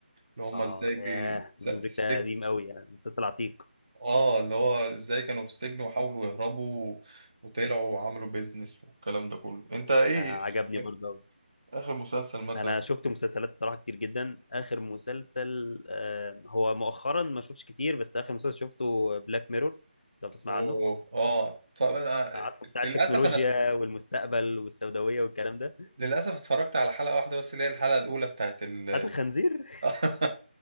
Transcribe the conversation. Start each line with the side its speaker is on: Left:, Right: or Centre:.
Right: اللي هما
Left: اه
Right: ازاي بي...
Left: ياه
Right: س-
Left: بريزون
Right: في
Left: بريك
Right: السجن
Left: ده قديم قوي يعني مسلسل عتيق
Right: اه اللي هو ازاي كانوا في السجن وحاولوا يهربوا وطلعوا وعملوا بيزنس والكلام ده كله انت ايه
Left: آه، عجبني
Right: اخر
Left: برضه
Right: آخر مسلسل مثلا
Left: انا شفت مسلسلات الصراحه كتير جدا اخر مسلسل آه، هو مؤخرا ما شفتش كتير بس اخر مسلسل شفته بلاك ميرور لو بتسمع
Right: اوه
Left: عنه
Right: اه اتف- آه،
Left: عارفه بتاع
Right: للاسف
Left: التكنولوجيا
Right: انا
Left: والمستقبل والسوداويه والكلام ده
Right: للأسف اتفرجت على حلقة واحدة بس اللي هي الحلقة الأولى بتاعت ال
Left: هات الخنزير
Right: <laughs>